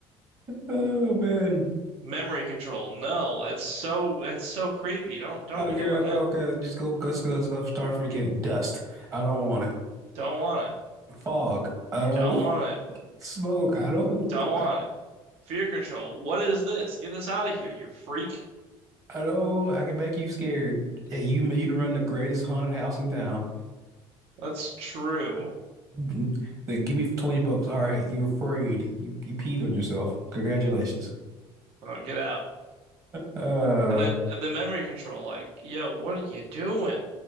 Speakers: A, on the right; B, on the right.
A: oh man.
B: Memory control. No, that's so that's so creepy. Don't don't
A: Okay,
B: be doing
A: okay,
B: that.
A: okay. Just go, let's go, let's go. Start from the beginning. Dust. I don't want it.
B: Don't want it.
A: Fog. I don't
B: Don't
A: want.
B: want it.
A: <laughs> Smoke. I don't
B: Don't
A: <laughs> want
B: want
A: it.
B: it. Fear control. What is this? Get this out of here, you freak.
A: I know I can make you scared. Hey, you made you to run the greatest haunted house in town. <laughs>
B: That's true.
A: Mhm. Then give me 20 bucks. All right, you're afraid. You you peed on yourself. Congratulations.
B: Oh, get out.
A: Uh,
B: And then the memory control. Like, yo, what are you doing?